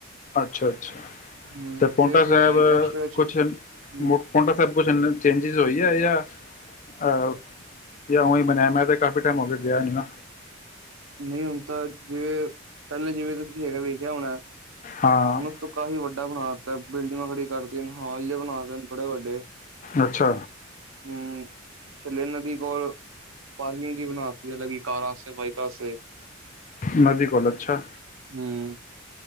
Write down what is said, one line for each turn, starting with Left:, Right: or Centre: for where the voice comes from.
Left: ਅੱਛਾ
Right: ਹੂੰ
Left: ਤੇ ਪਾਉਂਟਾ
Right: ਅਸੀਂ
Left: ਸਾਹਿਬ
Right: ਐਕਸਟਰਾ ਚ
Left: ਕੁਛ
Right: ਹੂੰ
Left: ਮੁ ਪਾਉਂਟਾ ਸਾਹਿਬ <unintelligible> ਚੇਂਜਿਸ ਹੋਈ ਹੈ ਜਾਂ ਅ ਜਾਂ ਉਹੀ ਬਣਿਆ ਮੈਂ ਤੇ ਕਾਫੀ ਟਾਈਮ ਹੋ ਗਿਆ ਗਿਆ ਨਹੀਂ ਨਾ
Right: ਨਹੀਂ ਹੁਨ ਤਾਂ ਜੇ ਪਹਿਲੇ ਜਿਵੇਂ ਤੁਸੀਂ ਹੈਗਾ ਵੇਖਿਆ ਹੋਣਾ।
Left: ਹਾਂ
Right: ਹੁਣ ਉਸ ਤੋਂ ਕਾਫ਼ੀ ਵੱਡ ਬਨਾ ਤਾ ਬਿਲਡਿੰਗਾਂ ਖੜੀ ਕਰ ਤਿਆ ਨੇ ਹਾਲ ਜੇ ਨਾ ਤੇ ਨੇ ਬੜੇ ਵੱਡੇ।
Left: ਅੱਛਾ
Right: ਹਮ ਥੱਲੇ ਨਦੀ ਕੋਲ ਪਾਰਕਿੰਗ ਜੀ ਬਣਾ ਤੀ ਏ ਅਲੱਗ ਹੀ ਕਾਰਾਂ ਆਸੇ ਵਾਈਕਾਂ ਆਸੇ।
Left: ਨਦੀ ਕੋਲ ਅੱਛਾ।
Right: ਹੂੰ